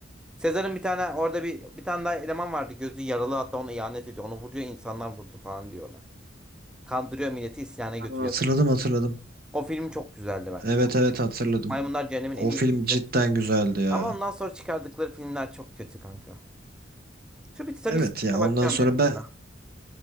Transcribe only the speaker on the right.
Ben onu Hatırladım
hatırladım.
Evet evet hatırladım.
O
film
cidden güzeldi ya.
Evet
ya ondan
sonra
ben